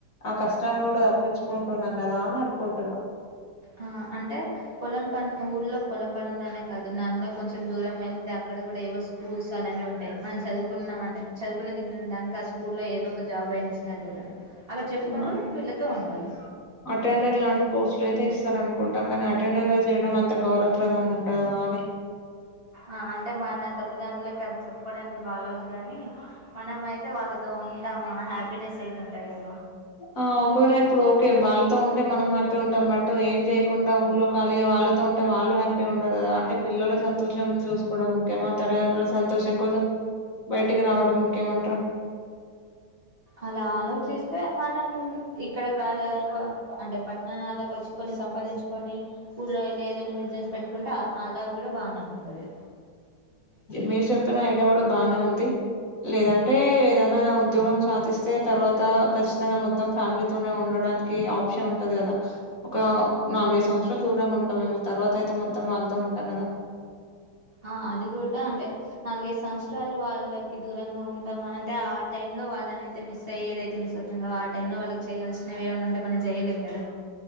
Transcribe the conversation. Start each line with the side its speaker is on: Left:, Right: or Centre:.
Left: ఆ కష్టాన్ని కూడా తప్పించుకుంటున్నం గదా అనుకుంటున్నా
Right: ఆ అంటే పొలం పను ఊర్లో పొలం పనులనే కాదు నార్మల్గా కొంచెం దూరం వెళ్తే అక్కడ క్కడ కూడా ఏవో స్కూల్స్ అలాంటివి అక్కడ అక్కడ కూడా ఏవో స్కూల్స్ అలాంటివి ఉంటాయి మనం చదువుకున్న అంటే చదువుకున్న గింతంత దానికి ఆ స్కూల్ లో ఏదో ఒక జాబ్ పైన ఇస్తారు కదా అక్కడ చెప్పుకుంటూ
Left: ఉమ్మ
Right: వీళ్ళతో ఉండాలి
Left: అటెండర్ లాంటి పోస్ట్లు అయితే ఇస్త్ ఇస్తరనుకుంటా కానీ అటెండర్ గా చేయడం అంత గౌరవప్రదంగా ఉంటదా అని
Right: ఆ అంటే మన తల్లిదండ్రులకి అది చెప్పుకోవడానికి బాగోదు గాని మనం అయితే వాళ్ళతో ఉంటాము ఆ హ్యాపీనెస్ అయితే ఉంటాయి కదా
Left: ఆ ఒకవేళ ఇప్పుడు ఓకే వాళ్ళతో ఉంటే మనం హ్యాపీగా ఉంటాం బట్టు ఏం చేయ కొండా ఊర్లో కాలియివ ళు తు టవాళ్ళు హ్యాపీగా ఉండరు కదా అంటే పిల్లలు సంతోషం చూసుకోవడం ముఖ్యమా తల్లిదండ్రు సం సంతోషం కోసం బయటికి రావడం ముఖ్యమంట్ర
Right: అలా ఆలోచిస్తే మనం ఇక్కడ కా అంటే పట్టణాలకు వచ్చి కొన్ని సంపాదించుకొని ఊళ్ళో వెళ్ళి ఏదైనా బిజినెస్ పెట్టుకుంటే అలా కూడా బానే ఉంటది
Left: మీరు చెప్పిన ఐడియా కూడా బానే ఉంది లేదంటే ఏదైనా ఉద్యోగం సాధిస్త్ సాదిస్తే తర్వాత ఖచ్చితంగా మొత్తం ఫ్యామిలీ ఉండడానికి ఆప్షన్ ఉంటది కదా ఒక నాలుగైదు సంవత్సరాలు దూరంగా ఉంటాం మేమొ తర్వాత అయితే మొత్తం వాళ్ళతోనే ఉంటం కదా
Right: ఆ అది కూడా అంటే నాలుగైదు సంవత్సరాలు వాళ్ళకి దూరంగా ఉంటాం అంటే ఆ టైంలో వా వాళ్ళనయితే మిస్ అయ్యేదయితే మిస్ అవుతం కద ఆ టైం లో వాళ్ళకి చేయాల్సినవేవన్నుంటే మనం చేయలేం కదా